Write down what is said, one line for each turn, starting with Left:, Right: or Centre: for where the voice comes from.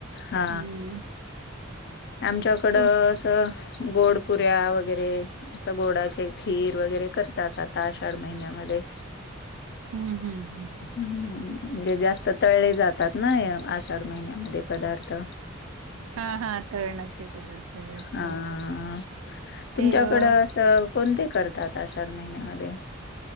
Left: हा
Right: हम्म
Left: आमच्याकडं
Right: तुम
Left: गोडपुऱ्या वगैरे असं गोडाचे खीर वगैरे करतात आता आषाढ महिन्यामध्ये
Right: हम्म हम्म हम्म
Left: ह् म्हणजे जास्त तळेले जातात ना आषाढ महिन्यामध्ये पदार्थ
Right: हा हा तळणाचे पदार्थ जास्त
Left: हा
Right: ते
Left: तुमच्याकडं
Right: अ
Left: असं कोणते करतात आषाढ महिन्यामध्ये